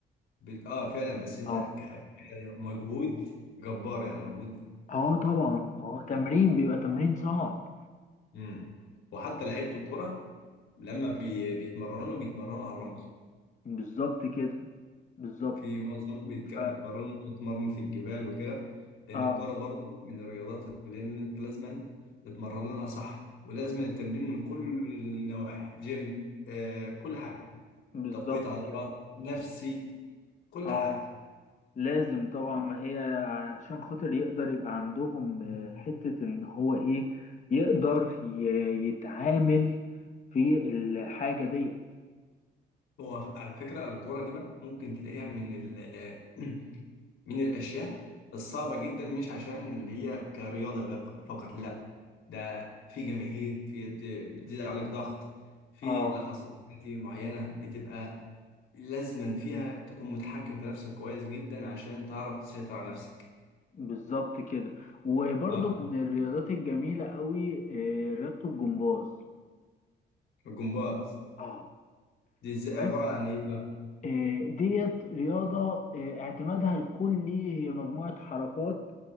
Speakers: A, on the left (about 85°); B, on the left (about 40°).
A: بت... اه فعلا بس انت
B: اه
A: ك... مجهود جبار يعني مجهود
B: اه طبعا هو تمرين بيبقى تمرين صعب
A: امم وحتى لعيبه الكره لما بي... بيتمرنوا بيتمرنوا على الرمل
B: بالظبط كده بالظبط
A: في معظمهم بيتك-
B: ف
A: بيتمرنوا بيتمرنوا في الجبال وكده لأن
B: اه
A: الكورة برضو من الرياضات اللي أنت لازما تتمرن لها صح ولازما التمرين من كل النواحي جيم آه كل حاجة
B: بالظبط
A: تقوية عضلات
B: كده
A: نفسي كل
B: اه
A: حاجة
B: لازم طبعا ما هي عشان خاطر يقدر يبقى عندهم آه،
A: مم.
B: حتة ان هو ايه يقدر ي- يتعامل في الحاجة ديت
A: هو على فكرة الكورة دي بقى ممكن تلاقيها من ال <clears throat> من الأشياء الصعبة جدا مش عشان اللي هي كرياضة بق- فقط لا ده في جماهير في بت- بتزيد عليك ضغط في
B: اه
A: لحظات كتير معينة بتبقى لازما فيها تكون متحكم في نفسك كويس جدا عشان تعرف تسيطر على نفسك
B: بالظبط كده وبرضه
A: اه
B: من الرياضات الجميلة قوي آه، رياضة الجمباز
A: الجمباز
B: اه
A: دي ز- عبارة
B: بس
A: عن ايه بقى؟
B: آه، ديت رياضة آه، اعتمادها الكلي هي مجموعة حركات